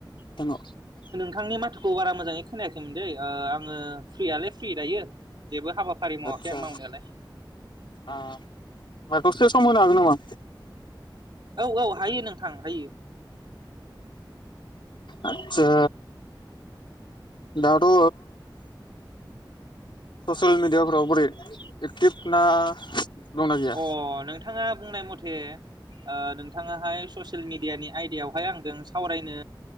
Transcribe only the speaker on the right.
थांनि माथोखौ बारा मोजाङै खोनाया खैमोनदै ओ आङो। फ्रियालाय फ्रि दायो। जेबो हाबाफारि मावाखै
आं मावनायालाय।
औ औ हायो नोंथां हायो।
अ नोंथाङा बुंनाय मथे ओ नोंथाङा हाय ससेल मिडियानि आयदायावहाय आंजों सावरायनो